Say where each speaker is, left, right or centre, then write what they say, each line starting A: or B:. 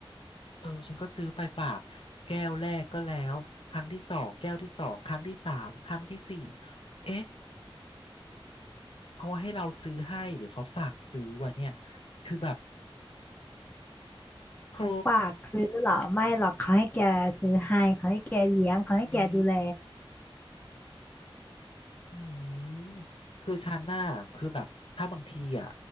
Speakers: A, on the left; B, on the left.
A: เออฉันก็ซื้อไปฝากแก้วแรกก็แล้วครั้งที่สองแก้วที่สองครั้งที่สามครั้งที่สี่เอ๊ะเขาให้เราซื้อให้หรือเขาฝากซื้อวะเนี่ยคือแบบโธ่
B: เขาฝากซื้อเหรอไม่หรอกเขาให้แกซื้อให้เขาให้แกเลี้ยงเขาให้แกดูแล
A: อุ๊ย อืมคือฉันน่ะคือแบบถ้าบางทีอ่ะ